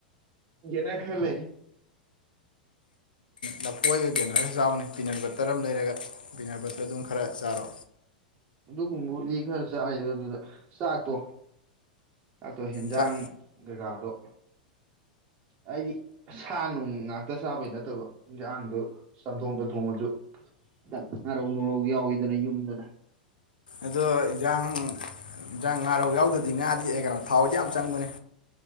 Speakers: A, on the right (about 35°); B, on the left (about 75°).
A: ꯅ ꯈꯔ ꯂꯩ
B: ꯂꯐꯨ ꯑꯣꯏ ꯒꯦꯅꯔ ꯆꯥꯎꯅꯤ ꯄꯤꯅꯔꯕ ꯇꯔꯝ ꯂꯩꯔꯒ ꯄꯕꯤꯤꯅꯔ ꯕꯇꯔ ꯑꯗꯨꯝ ꯈꯔ ꯆꯥꯔꯣ
A: ꯑꯗꯨꯒꯨꯝꯕꯕꯨꯗꯤ ꯈꯔ ꯆꯥꯏꯗ ꯑꯗꯨꯗ ꯆꯥꯛꯇꯣ ꯗꯥꯛꯇꯣ ꯍꯦꯟꯖꯥꯡ
B: ꯆꯥꯛ
A: ꯔꯥꯗꯣ ꯍꯥꯏꯗꯤ ꯁꯥ ꯅꯨꯡ ꯉꯥꯛꯇ ꯆꯥꯕꯩ ꯅꯠꯇꯕ ꯏꯟꯖꯥꯡꯗꯣ ꯆꯝꯊꯣꯡ ꯇꯥ ꯊꯣꯡꯉꯁꯨ ꯈꯤꯇꯪ ꯉꯥꯔꯧ ꯨꯔꯧ ꯌꯥꯎꯋꯤꯗꯅ ꯌꯨꯝꯗꯅ
B: ꯑꯗꯣ ꯏꯟꯖꯥꯡ ꯏꯟꯖꯥꯡ ꯉꯥꯔꯧ ꯌꯥꯎꯗꯗꯤ ꯉꯥꯗꯤ ꯀꯩꯅꯣ ꯊꯥꯎꯗꯤ ꯌꯥꯝ ꯆꯪꯕꯅꯤ